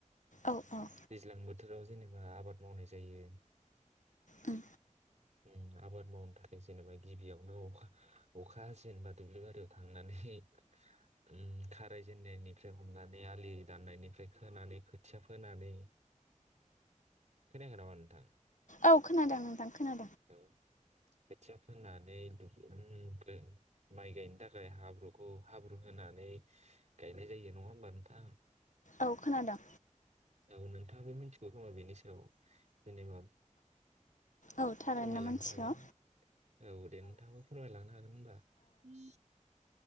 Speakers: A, on the left; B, on the right.
A: औ औ
B: दैज्लां बोथोराव जेनेबा आबाद मावनाय जायो।
A: उम
B: उम आबाद मावनो थाखाय जेनेबा गिबियावनो अखा अखा हासिगोनबा दुब्लि बारियाव थांनानै उम खाराय जेननायनिफ्राय हमनानै आलि दाननायनिफ्राय खोनानै खोथिया फोनानै खोनायखै नामा नोंथां?
A: औ खोनादों नोंथां खोनादों
B: औ खोथिया फोंनानै द उम बे माइ गायनो थाखाय हाब्रुखौ हाब्रु नायनानै गायनाय जायो नङा होमबा नोंथां
A: औ खोनादों।
B: औ नोंथाङाबो मिथिगौ खोमा बेनि सायाव जेनेबा
A: औ थारैनो
B: फोरमायलांनो
A: मिथिगौ
B: हागोन औ दे नोंथाङो फोरमायलांनो हागोन होनबा औ